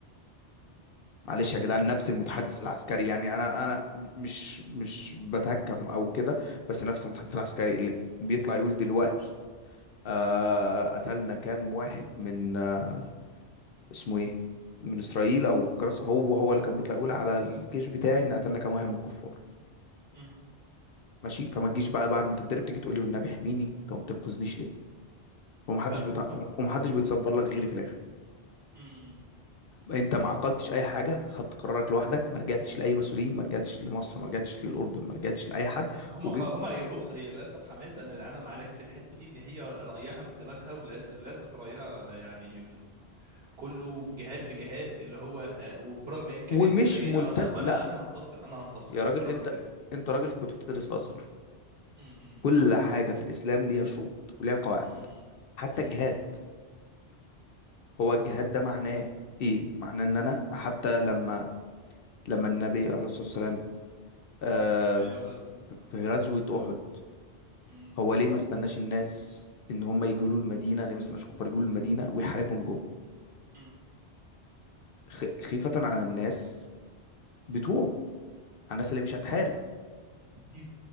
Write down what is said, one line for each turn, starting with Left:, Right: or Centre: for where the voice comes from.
Left: معلش يا جدعان
Right: مم.
Left: نفس المتحدث العسكري يعني انا انا مش مش بتهكم او كده بس نفس المتحدث العسكري اللي بيطلع يقول دلوقتي آه قتلنا كام واحد من آه اسمه ايه من اسرائيل او كرس هو هو اللي كان بيطلع يقول على الجيش بتاعي ان قتلنا كام واحد من الكفار
Right: مم.
Left: ماشي فما تجيش بقى بعد ما تتضرب تيجي تقول لي والنبي احميني انت ما بتنقذنيش ليه ومحدش
Right: فاهمك
Left: بيتع...
Right: فاهمك
Left: ومحدش بيتصدر لك غيري في الاخر
Right: مم.
Left: انت ما عقلتش اي حاجه خدت قرارك لوحدك ما رجعتش لاي مسؤولين ما رجعتش لمصر ما رجعتش للاردن ما رجعتش لاي حد
Right: هم
Left: وجيت
Right: خ... هم هي- بص هي للاسف حماس انا انا معاك في الحته دي ان هي رايها من دماغها وللاسف للأسف رايها يعني ال- كله جهاد في جهاد اللي هو آه، وبرغم امكانياتي
Left: ومش
Right: القليله
Left: ملتزم
Right: انا ما
Left: لا
Right: انا انا هنتصر انا هنتصر
Left: يا راجل
Right: برغم
Left: انت
Right: كده
Left: انت راجل كنت بتدرس في ازهر
Right: امم
Left: كل حاجه في الاسلام ليها شروط وليها قواعد
Right: امم
Left: حتى
Right: امم
Left: الجهاد هو الجهاد ده معناه ايه معناه ان انا حتى لما لما النبي عليه الصلاه والسلام آه
Right: امم عليه
Left: في
Right: افضل الصلاه والسلام
Left: في غزوه احد
Right: أمم.
Left: هو ليه ما استناش الناس ان هم يجوا له المدينه ليه ما استناش الكفار يجوا له المدينه ويحاربهم جوه
Right: أمم.
Left: خ- خيفة على الناس بتوعه على الناس اللي مش هتحارب
Right: طيب،